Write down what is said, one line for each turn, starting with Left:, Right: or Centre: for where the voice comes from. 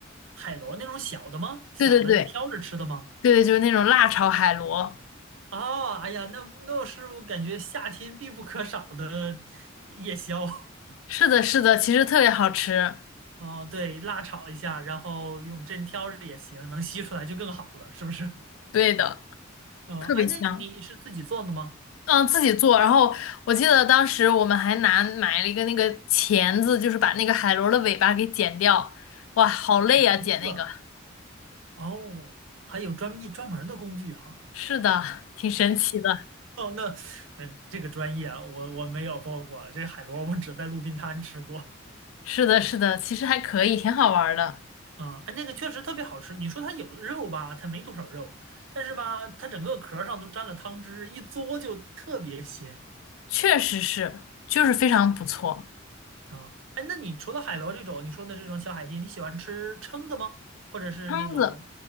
Right: 海螺那种小的吗？小的挑着吃的吗？
Left: 对对对对对，就是那种辣炒海螺。
Right: 哦，哎呀，那那是我感觉夏天必不可少的夜宵。<laughs>
Left: 是的，是的，其实特别好吃。
Right: 哦，对，辣炒一下，然后用针挑着也行，能吸出来就更好了，是不是？
Left: 对的，
Right: 嗯，
Left: 特别香。
Right: 哎，那你是自己做的吗？
Left: 嗯，自己做。然后我记得当时我们还拿买了一个那个钳子，就是把那个海螺的尾巴给剪掉。哇，好累呀，
Right: 瓶子，
Left: 剪那个。
Right: 哦，还有专门专门儿的工具哈。
Left: 是的，挺神奇的。
Right: 哦，那那这个专业啊我我没有做过，这海螺我只在路边摊吃过。
Left: 是的，是的，其实还可以，挺好玩儿的。
Right: 嗯，哎，那个确实特别好吃。你说它有肉吧，它没多少肉，但是吧，它整个壳儿上都沾了汤汁，一嘬就特别鲜
Left: 确实是，就是非常不错。
Right: 啊。哎，那你除了海螺这种你说的这种小海鲜，你喜欢吃蛏子吗？或者是那种，
Left: 蛏子，